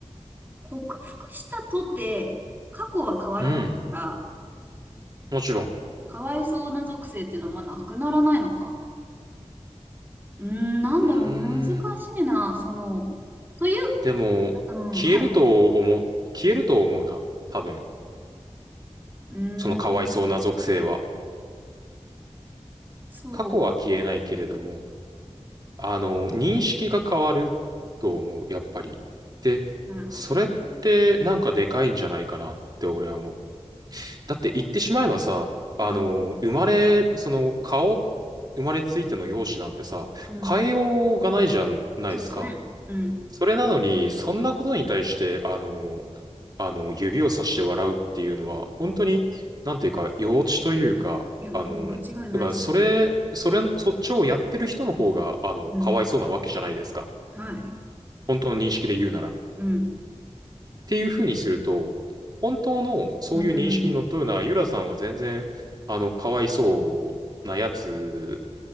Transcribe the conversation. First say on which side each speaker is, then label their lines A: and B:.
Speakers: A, on the right; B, on the right.
A: 克服したとて過去は変わらないから、
B: うんもちろん。
A: かわいそうな属性っていうのはまあなくならないのか。うーん、なんだろう、
B: うーん。
A: 難しいな、その、という、
B: でも、
A: うん、
B: 消えると思う、
A: はい。う
B: 消えると思うな。多分。
A: ーん。
B: そのかわいそうな属性は。
A: そうですね。
B: 過去は消えないけれども、あの、認識が変わると思う、やっぱり。で、
A: なるほどね。
B: それってなんかでかいんじゃないかなって俺は思う。だって言ってしまえばさ、あの、
A: うん、
B: 生まれ、その顔、生まれついての容姿なんてさ、
A: うん。
B: 変えようがないじゃないですか。
A: そうですね。うん。
B: それなのに、そんなことに対して、あの、あの、指をさして笑うっていうのは、本当に、なんていうか、幼稚というか、
A: いや、もう間違いないです。
B: あの、だから、それ、それ、そっちをやってる人の方が、あの、
A: うん。
B: かわいそうなわけじゃないですか。
A: はい。
B: 本当の認識で言うなら。っ
A: うん。
B: ていうふうにすると、本当のそういう認識にのっとるのは、
A: うん。うん。
B: ゆらさんは全然、あの、かわいそうなやつ